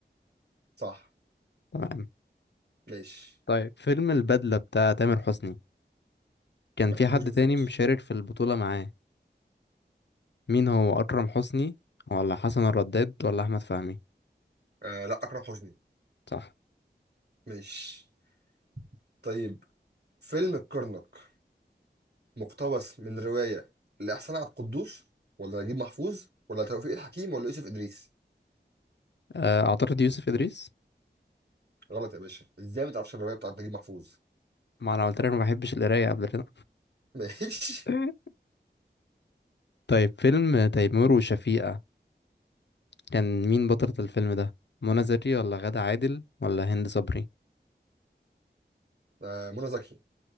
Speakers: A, on the right; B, on the left.
A: صح
B: تمام
A: ماشي
B: طيب فيلم البدلة بتاع تامر حسني كان
A: ما
B: في
A: بحبوش
B: حد
A: بس
B: تاني
A: ماشي
B: مشارك في البطولة معاه مين هو أكرم حسني ولا حسن الرداد ولا أحمد فهمي
A: آه لا أكرم حسني
B: صح
A: ماشي طيب فيلم الكرنك مقتبس من رواية لإحسان عبد القدوس ولا نجيب محفوظ ولا توفيق الحكيم ولا يوسف إدريس
B: آه، أعترض يوسف إدريس
A: غلط يا باشا إزاي ما تعرفش الرواية بتاعت نجيب محفوظ
B: ما أنا قلت لك ما بحبش القراية قبل كده
A: <laughs> ماشي
B: <laughs> طيب فيلم تيمور وشفيقة كان مين بطلة الفيلم ده منى زكي ولا غادة عادل ولا هند صبري
A: آه منى زكي